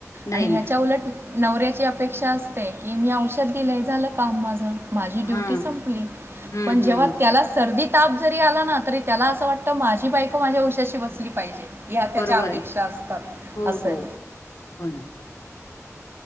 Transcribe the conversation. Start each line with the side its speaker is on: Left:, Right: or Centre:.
Left: नाही
Right: आणि ह्याच्या
Left: ना
Right: उलट नवऱ्याची अपेक्षा असते की मी औषध दिलंय झालं काम माझं. माझी ड्युटी
Left: हा
Right: संपली
Left: हम्म
Right: पण जेव्हा
Left: हम्म
Right: त्याला सर्दी ताप जरी आला ना तरी त्याला असं वाटत माझी बायको माझ्या उशाशी बसली पाहिजे. या त्याच्या
Left: बरोबर
Right: अपेक्षा
Left: आहे
Right: असतात
Left: हो
Right: असंय.
Left: हो हो ना